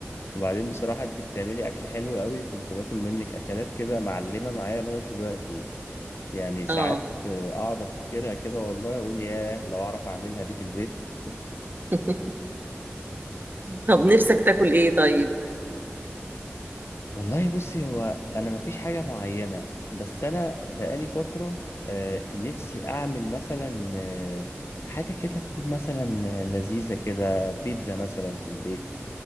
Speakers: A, on the left (about 70°); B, on the right (about 45°).
A: وبعدين بصراحة انتي بتعملي أكل حلو قوي كنت باكل منك أكلات كده معلمة معايا لغاية دلوقتي يعني ساعات
B: اه
A: آه، أقعد أفتكرها كده والله أقول ياه لو أعرف أعملها دي في البيت
B: <laughs> طب نفسك تاكل ايه طيب
A: والله بصي هو أنا مفيش حاجة معينة بس أنا بقالي فترة آه، نفسي أعمل مثلا آه، حاجة كده تكون مثلا آه، لذيذة كده بيتزا مثلا في البيت